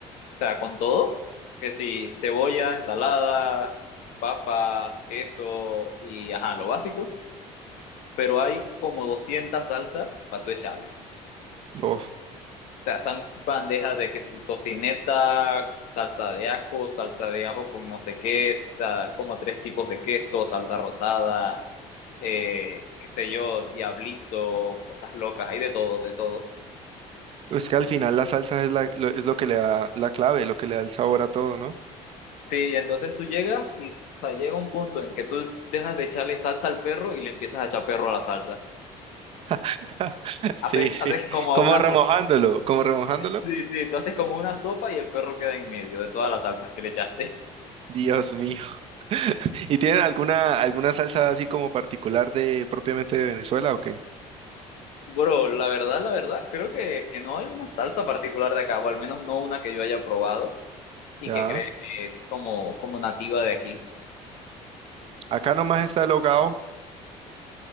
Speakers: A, on the left (about 80°); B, on the right (about 50°).
A: sea, con todo, que si cebolla, ensalada, papas, queso y ajá, lo básico, pero hay como 200 salsas para tu echarle.
B: Uf,
A: O sea, son bandejas de que si tocineta, salsa de ajo, salsa de ajo con no sé qué, está como tres tipos de queso, salsa rosada, eh, qué sé yo, diablito, cosas locas, hay de todo, de todo.
B: Es que al final la salsa es, la- lo, es lo que le da la clave, lo que le da el sabor a todo, ¿no?
A: Sí, entonces tú llegas y, o sea, llega un punto en que tú dejas de echarle salsa al perro y le empiezas a echar perro a la salsa.
B: <laughs> Sí,
A: Haces,
B: sí,
A: haces como
B: como
A: una
B: remojándolo,
A: sopa. <laughs>
B: como remojándolo.
A: Sí, sí, tú haces como una sopa y el perro queda en medio de todas las salsas que le echaste.
B: Dios mío. <laughs> ¿Y tienen alguna alguna salsa así como particular de propiamente de Venezuela o qué?
A: Bro, la verdad, la verdad, creo que, que no hay una salsa particular de acá, o al menos no una que yo haya probado y
B: Ya.
A: que cree que es como, como nativa de aquí.
B: Acá nomás está el hogao,